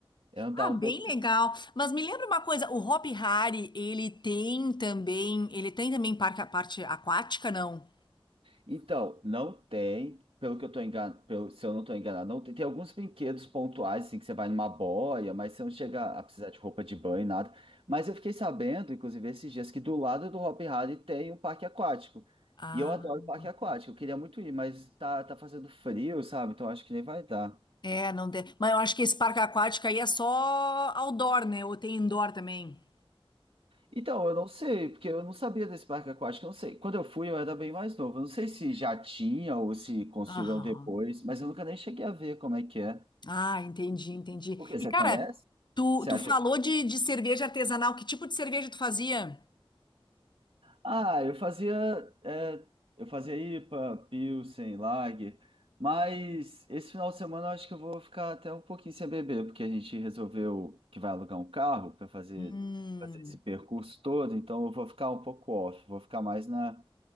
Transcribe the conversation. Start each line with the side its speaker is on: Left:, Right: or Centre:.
Right: é, é andar
Left: Ah,
Right: um
Left: bem
Right: pouquinho.
Left: legal. Mas me lembra uma coisa, o Hopi Hari, ele tem também, ele tem também parque, parte aquática, não?
Right: Então, não tem, pelo que eu tô enganado, pelo, se eu não tô enganado, não tem, tem alguns brinquedos pontuais, assim, que você vai numa boia, mas você não chega a precisar de roupa de banho, nada. Mas eu fiquei sabendo, inclusive, esses dias, que do lado do Hopi Hari tem um parque aquático.
Left: Ah,
Right: E eu adoro parque aquático, eu queria muito ir, mas tá, tá fazendo frio, sabe? Então acho que nem vai dar.
Left: é, não tem. Mas eu acho que esse parque aquático aí é só outdoor, né? Ou tem indoor também?
Right: Então, eu não sei, porque eu não sabia desse parque aquático, eu não sei. Quando eu fui, eu era bem mais novo. Eu não sei se já tinha ou se construíram
Left: Aham.
Right: depois, mas eu nunca nem cheguei a ver como é que é.
Left: Ah, entendi, entendi.
Right: O quê? Você
Left: E, cara,
Right: conhece?
Left: tu,
Right: Você
Left: tu
Right: acha?
Left: falou de, de cerveja artesanal. Que tipo de cerveja tu fazia?
Right: Ah, eu fazia, é, eu fazia IPA, Pilsen, Lager, mas esse final de semana eu acho que eu vou ficar até um pouquinho sem beber, porque a gente resolveu que vai alugar um carro para fazer,
Left: Hum,
Right: fazer esse percurso todo, então eu vou ficar um pouco off, vou ficar mais na,